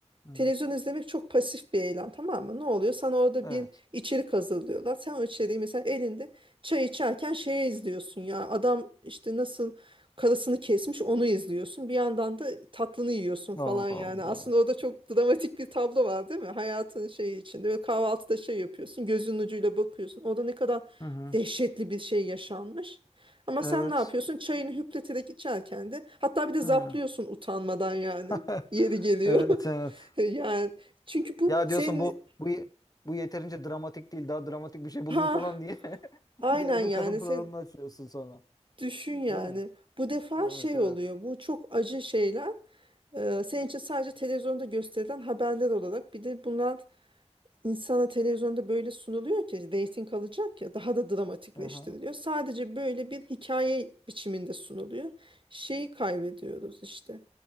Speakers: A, on the left; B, on the right.
A: Hı.
B: Televizyon izlemek çok pasif bir eylem tamam mı? Ne oluyor? Sana orada
A: Evet.
B: bir içerik hazırlıyorlar. Sen o içeriği mesela elinde çay içerken şeye izliyorsun ya. Adam işte nasıl karısını kesmiş onu izliyorsun. Bir yandan da tatlını yiyorsun falan
A: Allah
B: yani.
A: Allah.
B: Aslında orada çok dramatik bir tablo var değil mi? Hayatın şeyi içinde. Böyle kahvaltıda şey yapıyorsun. Gözünün ucuyla bakıyorsun. Orada ne kadar
A: Hı hı.
B: dehşetli bir şey yaşanmış. Ama
A: Evet.
B: sen ne yapıyorsun? Çayını hüpleterek içerken de hatta bir de zaplıyorsun
A: Hı.
B: utanmadan yani.
A: <laughs>
B: Yeri geliyor.
A: Evet
B: <laughs>
A: evet.
B: <laughs> Yani çünkü bu
A: Ya
B: senin
A: diyorsun bu bu ye- bu yeterince dramatik değil. Daha dramatik bir şey bulayım
B: ha
A: falan diye. <laughs>
B: aynen
A: Bir de öbür
B: yani
A: kadın programını
B: sen
A: açıyorsun sonra.
B: düşün yani
A: Değil mi?
B: bu defa
A: Evet
B: şey
A: evet.
B: oluyor bu çok acı şeyler e, senin için sadece televizyonda gösterilen haberler olarak bir de bunlar İnsana televizyonda böyle sunuluyor ki reyting alacak ya daha da dramatikleştiriliyor.
A: Aha.
B: Sadece böyle bir hikaye biçiminde sunuluyor. Şeyi kaybediyoruz işte.